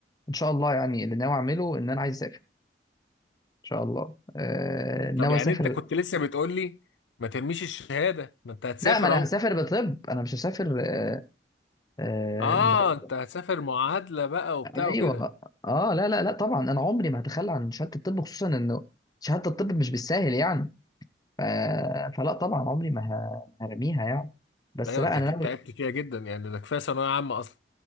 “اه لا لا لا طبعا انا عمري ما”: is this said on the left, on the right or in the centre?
Left